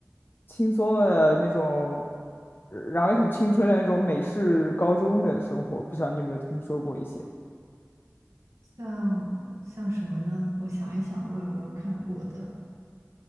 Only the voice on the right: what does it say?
像像什么呢？我想一想，我有没有看过的